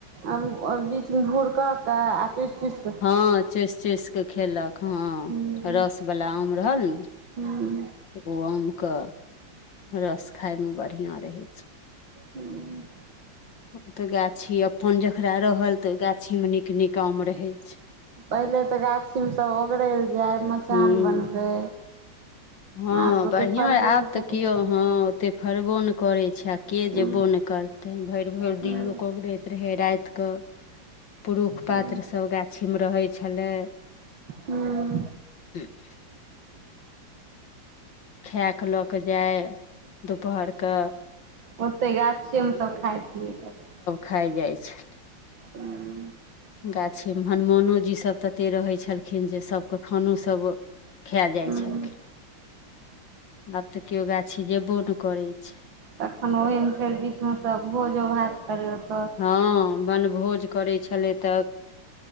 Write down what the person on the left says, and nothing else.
हँ चुसि चुसि कऽ खेलक हँ
रसवला आम रहल नऽ
तऽ ओ आम कऽ रस खाय मऽ बढ़िया रहै छै
ओ तऽ गाछी अपन जकरा रहल तऽ ओ गाछीमे नीक नीक आम रहैत छै
हूँ
हँ
बढ़िया
आब
तऽ
कियौ
हँ ओते फरबो नहि करै छै आ केँ
जबो नहि करतै भरि भरि
दिन लोक ओगरैत रहै राति कऽ पुरुष
पात्रसभ गाछी मऽ रहै छलै
<inaudible> खायक लऽ कऽ जाइ दुपहर कऽ
खाए जाइ छै
गाछी मे हनुमानोजी सभ तते रहैत छलखिन जे सभ खानो सभ खा जाइ
छलखिन तऽ केओ गाछी जेबो नै करै छै।
हँ बन भोज करै छलै तऽ